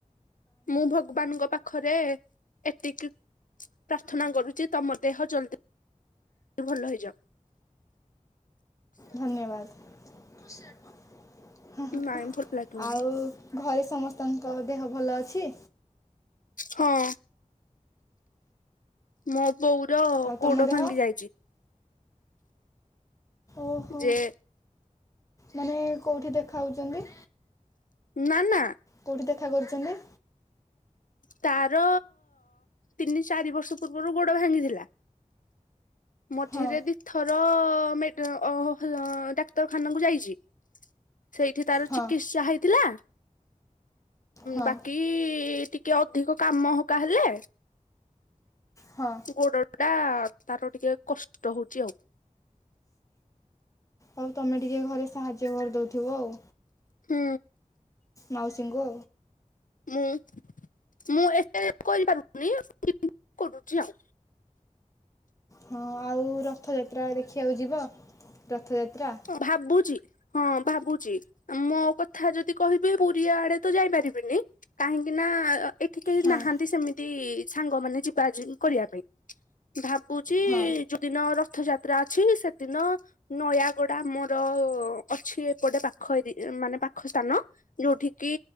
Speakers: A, on the left (about 80°); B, on the left (about 25°).
A: ମୁଁ ଭଗବାନଙ୍କ ପାଖ ପାଖରେ ଏତିକି ପ୍ରାର୍ଥନା କରୁଚି ତମ ଦେହ ଜଲ୍ଦୀ ତି ଭଲ ହେଇଯାଅ।
B: ଧନ୍ୟବାଦ
A: ନାଇଁ ଭଲ ଲାଗିବନି
B: ଆଉ ଘରେ ସମସ୍ତଙ୍କ ଦେହ ଭଲ ଅଛି?
A: ହଁ। ମୋ ବୋଉର
B: ଆଉ
A: ଗୋଡ
B: ତମ ଦେହ
A: ଭାଙ୍ଗି ଯାଇଚି।
B: ଓହୋ
A: ଯେ
B: ମାନେ କଉଠି ଦେଖାଉଚନ୍ତି?
A: ନା ନା
B: କୋଉଠି ଦେଖା କରୁଚନ୍ତି?
A: ତାର ତିନି ଚାରି ବର୍ଷ ପୂର୍ବରୁ ଗୋଡ ଭାଙ୍ଗିଥିଲା। ମଝିରେ
B: ହଁ
A: ଦି ଥର ମେଡ ଅ ହେଲ ଡାକ୍ତରଖାନାକୁ ଯାଇଚି ସେଇଠି ତାର
B: ହଁ
A: ଚିକିତ୍ସା ହେଇଥିଲା।
B: ହଁ
A: ବାକି ଟିକେ ଅଧିକ କାମ ହକା ହେଲେ
B: ହଁ।
A: ଗୋଡଟା ତାର ଟିକେ କଷ୍ଟ ହଉଚି ଆଉ।
B: ହଉ ତମେ ଟିକେ ଘରେ ସାହାଯ୍ୟ କରିଦଉଥିବ ଆଉ।
A: ହୁଁ।
B: ମାଉସୀଙ୍କୁ।
A: ମୁଁ ମୁଁ ଏତେ କରିପାରୁନି <inaudible> କୋଚିଆ
B: ହଁ ଆଉ ରଥଯାତ୍ରା ଦେଖିଆକୁ ଯିବ ରଥଯାତ୍ରା।
A: ଅଁ ଭାବୁଚି। ହଁ ଭାବୁଚି ଆଁ ମୋ କଥା ଯଦି କହିବି ପୁରୀ ଆଡେ ତ ଯାଇପାରିବିନି କାହିଁକି ନା ଆ ଏଠି କେଇ
B: ହଁ
A: ନାହାନ୍ତି ସେମିତି ସାଙ୍ଗମାନେ ଯିବା ଯିବି କରିଆ ପାଇଁ। ଭାବୁଚି
B: ହଁ
A: ଯୋଉଦିନ ରଥଯାତ୍ରା ଅଛି ସେଦିନ ନୟା ଗଡ ଆମର ଅଛି ଏପଟେ ପାଖ ଏରି ଉଁ ମାନେ ପାଖ ସ୍ତାନ। ଯୋଉଠିକି